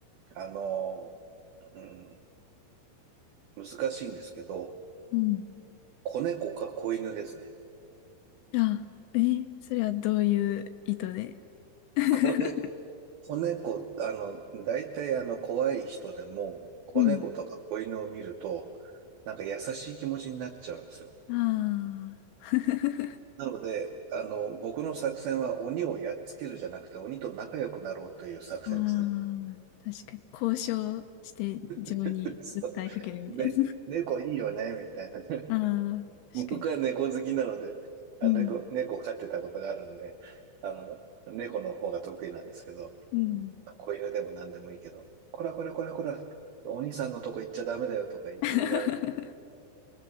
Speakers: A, on the right; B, on the left.
A: あの、うん、難しいんですけど、
B: うん。
A: 子猫か子犬ですね。
B: いや、え、それはどういう意図で
A: 子ね、
B: <laughs>
A: 子猫、あの、大体あの、怖い人でも、子猫とか子犬を見ると、
B: うん。
A: なんか優しい気持ちになっちゃうんですよ。
B: ああ。<laughs>
A: なので、あの、僕の作戦は鬼をやっつけるじゃなくて、鬼と仲良くなろうという作戦ですね。
B: ああ、確かに。交渉して自分に訴えかけるみたいな。
A: <laughs> そうで、猫いいよね、みたいな。
B: <laughs> ああ、確かに。
A: <laughs> 僕は猫好きなので、あ、
B: うん。
A: 猫、猫を飼ってたことがあるんで、あの、猫の方が得意なんですけど、
B: うん。
A: 子犬でも何でもいいけど、こらこらこらこら、お兄さんのとこ行っちゃダメだよとか言いながら、
B: <laughs>